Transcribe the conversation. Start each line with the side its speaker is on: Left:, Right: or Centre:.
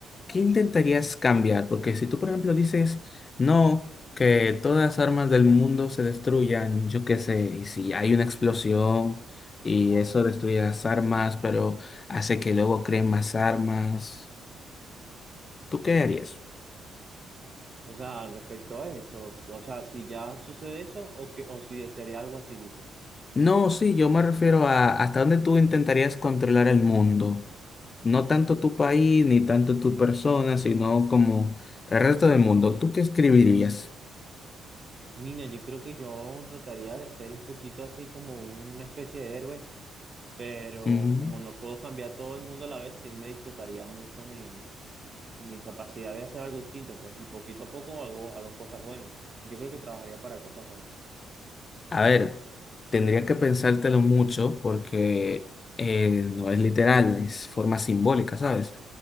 Left: ¿qué intentarías cambiar? Porque si tú, por ejemplo, dices, no, que todas las armas del mundo se destruyan, yo qué sé, y si hay una explosión y eso destruye las armas, pero hace que luego creen más armas, ¿tú qué harías?
Right: O sea, respecto a eso, o sea, si ya sucede eso o que o si desearía algo así, dices.
Left: No, sí, yo me refiero a hasta dónde tú intentarías controlar el mundo. No tanto tu país, ni tanto tu persona, sino como el resto del mundo. ¿Tú qué escribirías?
Right: Mira, yo creo que yo trataría de ser un poquito así como una especie de héroe, pero
Left: Mm,
Right: como no puedo cambiar todo el mundo a la vez, sí me disfrutaría mucho mi, mi capacidad de hacer algo distinto, pues, y poquito a poco hago, hago cosas buenas. Yo creo que trabajaría para cosas buenas.
Left: A ver, tendría que pensártelo mucho porque eh, no es literal, es forma simbólica, ¿sabes?